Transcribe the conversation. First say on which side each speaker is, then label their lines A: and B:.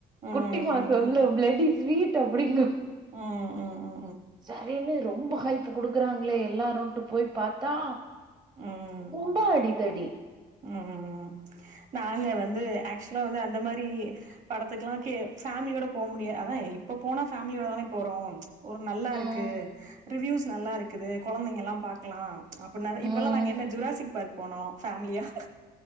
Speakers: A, on the right; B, on the right.
A: ம் ம்
B: குட்டிமா சொல்லு பிளடி ஸ்வீட் அப்டிங்கு
A: ம் ம் ம்
B: சரினு ரொம்போ ஹைப்பு குடுக்குறாங்ளே எல்லாருன்ட்டு போய் பாத்தா
A: ம்
B: லா அடிதடி
A: ம் ம் நாங்க வந்து ஆக்சுலா வந்து அந்த மாரி படத்துக்லா கே ஃபேம்லியோட போ முடியா அதா இப்ப போனா ஃபேம்லியோட தானே போறோ ஒரு நல்லா
B: ம்,
A: இருக்கு ரிவ்யூஸ் நல்லா இருக்குது கொழந்தைங்கல்லா பாக்கலா அப்புட்னாவே இப்பெல்லா
B: ம்.
A: நாங்க என்ன ஜுராசிக்பார்க் போனோ ஃபேம்லியா